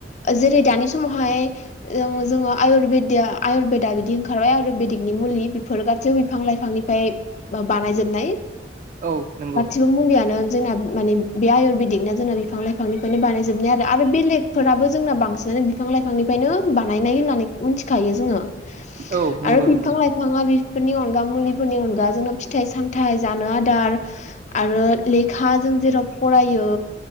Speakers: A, on the left; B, on the right.
A: जेरै दानि समावहाय जोङो आयुरेदिया आयुरवेदा बिदि ओंखारबाय आयुरवेदिकनि मुलि बेफोर गायावबो बिफां-लाइफां बिफांनिफ्राय बानायजोबनाय
B: औ नंगौ।
A: बे मुलियानो जोंना माने बे आयुरवेदिकना जोंना बिफां-लाइफांनि बेायनो बानायजोबनाय आरो बेलेगफोराबो जोंना बांसिनानो बिफां लाइफांनिफ्रायनो बानायनाय होननानै मिथि यो जोङो
B: औ नंगौ
A: आरो बिफां
B: नंगौ
A: लाइ बिफाङा बिफोरनि अनगा मुलिफोरनि अनगा जोंनो फिथाइ सामथाइ जानो आदार आरो लेखाजों जेराव फरायो।